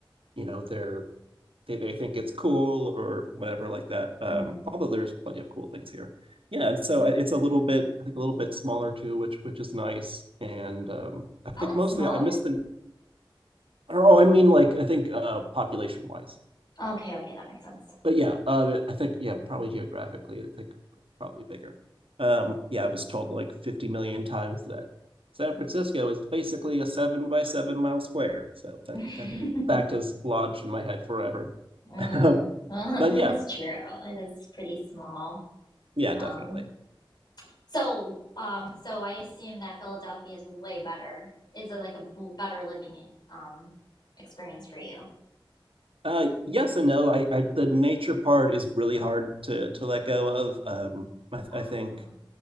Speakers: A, on the right; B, on the left.
A: you know they're they, they think it's cool or whatever like that um
B: hmm
A: although there's plenty of cool things here yeah and so
B: Oh,
A: uh, it's
B: yeah.
A: a little bit i think a little bit smaller too which which is nice and um i
B: Oh,
A: think
B: it's
A: mostly
B: smaller?
A: i miss the or oh, I mean like I think uh population wise.
B: Okay, okay, that makes sense.
A: But yeah, uh, I think yeah, probably geographically, I think probably bigger. Um, yeah, I was told like 50 million times that San Francisco is basically a seven by seven mile square. So that
B: <laughs>
A: that fact is lodged in my head forever. <laughs>
B: Mm,
A: but
B: well, <laughs> that
A: yeah,
B: is true. It is pretty small.
A: yeah,
B: Um,
A: definitely.
B: So, um, so I assume that Philadelphia is way better. Is it like a b better living in, um experience for you?
A: Uh, yes and no. I, I the nature part is really hard to to let go of. Um, I,
B: Oh,
A: I think